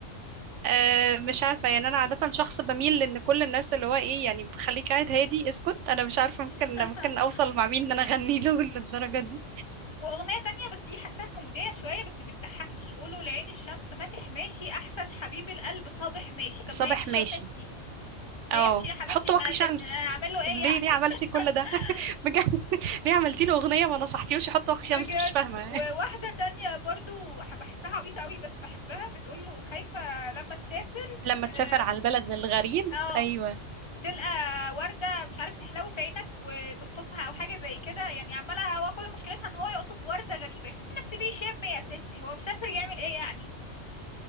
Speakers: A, on the right (about 75°); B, on the left (about 25°).
A: أه مش عارفة يعني أنا عادة شخص بميل لأن كل الناس اللي هو إيه يعني خليك قاعد هادي اسكت أنا مش
B: <laughs>
A: عارفة ممكن ممكن أوصل مع مين إن أنا أغني له <laughs> للدرجة دي
B: واغنية تانية بس دي حاساها كوميدية شوية بس بتضحكني قولوا لعين الشمس ماتح ماشي احسن حبيب القلب صابح ماشي طب
A: صباح
B: ما يمشي
A: ماشي
B: يا ستي ما
A: أه
B: يمشي يا حبيبتي
A: حط واقي
B: ما تت...
A: شمس
B: اعمل له ايه
A: ليه
B: يعني
A: ليه عملتي كل
B: <laughs>
A: ده <laughs> بجد ليه عملتي له أغنية ما نصحتيهوش يحط واقي
B: بجد
A: شمس مش فاهمة
B: وواحدة تانية برضو ح- بحسها عبيطة قوي بس بحبها بتقول له خايفة لما تسافر
A: <laughs> لما
B: اه
A: تسافر على البلد الغريب
B: آه،
A: أيوه
B: تلقى وردة مش عارف تحلو في عينك وتقطفها او حاجة زي كده يعني عمالة هو كل مشكلتها ان هو يقطف وردة غريبة يا ستي ما تسيبيه يشم يا ستي هو مسافر يعمل ايه يعني